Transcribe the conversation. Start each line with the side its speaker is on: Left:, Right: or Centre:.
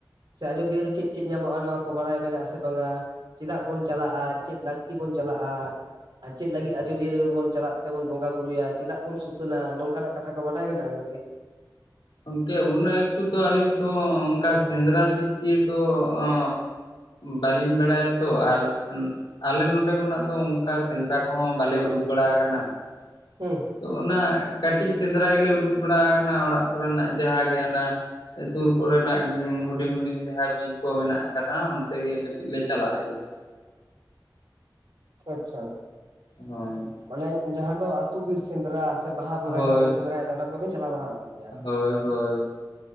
Right: ᱥᱮ ᱟᱡᱚᱫᱤᱭᱟᱹ ᱨᱮ ᱪᱮᱫ ᱪᱮᱫ ᱧᱟᱢᱚᱜᱼᱟ, ᱱᱚᱣᱟ ᱠᱚ ᱵᱟᱲᱟᱭ ᱢᱮᱱᱟᱜ ᱟᱥᱮ ᱵᱟᱝᱟ, ᱪᱮᱫᱟᱜ ᱵᱚᱱ ᱪᱟᱞᱟᱜᱼᱟ ᱾ᱪᱮᱫ ᱞᱟᱹᱠᱛᱤ ᱵᱚᱱ ᱪᱟᱞᱟᱜᱼᱟ? ᱟᱨ ᱪᱮᱫ ᱞᱟᱹᱜᱤᱫ ᱟᱡᱳᱚᱫᱤᱭᱟᱹ ᱨᱮᱵᱚᱱ, ᱪᱟᱞᱟᱜ ᱛᱮᱵᱚᱱ ᱵᱚᱸᱜᱟ ᱵᱩᱨᱩᱭᱟ, ᱪᱮᱫᱟᱜ ᱵᱚᱱ ᱥᱩᱛᱟᱹᱱᱟ, ᱱᱚᱝᱠᱟᱱᱟᱜ ᱠᱟᱛᱷᱟ ᱠᱚ ᱵᱟᱰᱟᱭ ᱢᱮᱱᱟᱜᱼᱟ ᱜᱚᱝᱠᱮ? <inaudible>
Left: ᱜᱚᱢᱠᱮ ᱩᱱᱟᱹᱜ ᱮᱠᱴᱩ ᱫᱚ ᱟᱹᱞᱤᱧ ᱛᱚ ᱚᱱᱠᱟ ᱥᱮᱸᱫᱽᱨᱟ ᱫᱤᱠ ᱫᱤᱭᱮ ᱛᱚ, ᱚ ᱵᱟᱞᱤᱧ ᱵᱟᱲᱟᱭᱟ ᱛᱚ ᱟᱨ ᱟᱞᱮ ᱱᱚᱰᱮ ᱠᱷᱚᱱᱟᱜ ᱫᱚ, ᱚᱝᱠᱟ ᱥᱮᱸᱫᱽᱨᱟ ᱠᱚᱦᱚᱸ, ᱵᱟᱞᱮ ᱩᱰᱩᱠ ᱵᱟᱲᱟ ᱠᱟᱱᱟ ᱾
Right: <unintelligible> ᱦᱩ, ᱦᱩ᱾
Left: ᱛᱚ ᱚᱱᱟ ᱠᱟᱹᱴᱤᱡ ᱥᱮᱸᱫᱽᱨᱟ ᱜᱮᱞᱮ, ᱩᱰᱩᱠ ᱵᱟᱲᱟ ᱠᱟᱱᱟ ᱚᱲᱟᱜ ᱠᱚᱨᱮᱱᱟᱜ ᱡᱟᱦᱟᱸᱜᱮ ᱚᱱᱟ ᱥᱩᱨ ᱠᱚᱨᱮᱱᱟᱜ ᱦᱩᱰᱤᱧ ᱦᱩᱰᱤᱧ ᱡᱟᱦᱟᱸ, ᱵᱤᱨ ᱠᱚ ᱢᱮᱱᱟᱜ ᱠᱟᱫᱟ ᱚᱱᱛᱮ ᱜᱮ, ᱠᱟᱹᱴᱤᱡ ᱞᱮ ᱪᱟᱞᱟᱜ ᱜᱮᱭᱟ ᱾
Right: ᱟᱪᱪᱷᱟ᱾
Left: ᱦᱳᱭ,
Right: ᱢᱟᱱᱮ ᱡᱟᱦᱟᱸ ᱫᱚ, ᱟᱹᱛᱩ ᱵᱤᱨ ᱥᱮᱸᱫᱽᱨᱟ᱾ ᱥᱮ ᱵᱟᱦᱟ ᱵᱚᱸᱜᱟ
Left: ᱦᱳᱭ
Right: ᱡᱟᱦᱟᱸ ᱵᱚᱱ ᱥᱮᱸᱫᱽᱨᱟᱭ ᱫᱟ, ᱚᱱᱟ ᱠᱚᱵᱮᱱ ᱪᱟᱞᱟᱣ ᱵᱟᱲᱟ ᱠᱟᱱ ᱜᱮᱭᱟ?
Left: ᱦᱳᱭ ᱦᱳᱭ